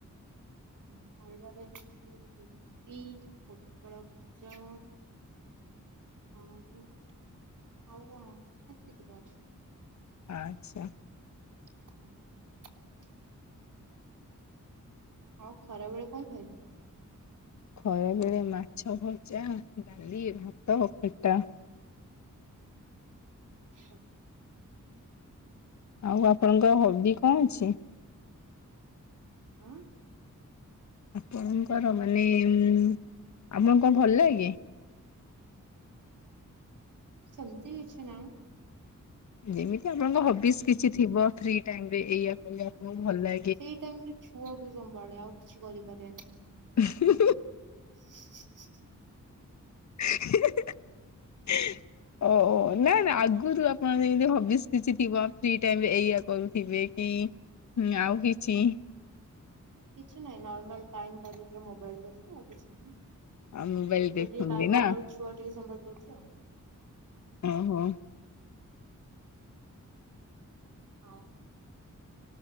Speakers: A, on the right (about 75°); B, on the left (about 60°).
A: ହୁଁ ଖାଇବାରେ ହେଇଛି ରୁଟି ପୋଟଳ ଭଜା। ଆଉ କଣ ଏତିକି ତ ଅଛି।
B: ଆଚ୍ଛା।
A: ହୁଁ। ଆଉ ଖରା ବେଳେ କଣ ଖାଇଥିଲ?
B: ଖରା ବେଳେ ମାଛ ଭଜା ଡ଼ାଲି ଭାତ ଖଟା।
A: ହୁଁ।
B: ଆଉ ଆପଣଙ୍କ ହବି କଁ ଅଛି?
A: ଅଁ?
B: ଆପଣଙ୍କର ମାନେ ଉଁ ଆପଣ କଁ ଭଲ ଲାଗେ?
A: ସେମତି ଇଛି ନାହିଁ।
B: ଯେମିତି ଆପଣଙ୍କ ହବିସ୍ କିଛି ଥିବ ଫ୍ରି ଟାଇମ୍ ରେ ଏଇଆ କଲେ ଆପଣୁ ଭଲ ଲା
A: ସେଇ ଟାଇମ୍ ରେ ଛୁଆକୁ ସମ୍ଭାଳେ ଆଉ କିଛି କରିପାରେନି।
B: <inaudible>
A: <inaudible>
B: <inaudible> ଓ ଓ ନାଁ ନାଁ ଆଗୁରୁ ଆପଣ ଯେମିତି ହବିସ୍ କିଛି ଥିବ ଫ୍ରି ଟାଇମ ରେ ଏଇଆ କରୁଥିବେ କି ହୁଁ ଆଉ କିଛି
A: କିଛି ନାହିଁ ନର୍ମାଲ ଟାଇମ୍ ପରେ ଟିକେ ମୋବାଇଲ୍ ଦେଖୁ କିଛି ନାହିଁ।
B: ମୋବାଇଲ
A: ଏବେ
B: ଦେଖନ୍ତି
A: ଟିଏ ଟାଇମ୍
B: ନା
A: ପାଇଲା ଅଳୁକୁ ଛୁଆ ଟିକେ ସମ୍ଭାଳି ଦୋଉଛି ଆଉ।
B: ଅଁ ହଁ।
A: ଆଉ?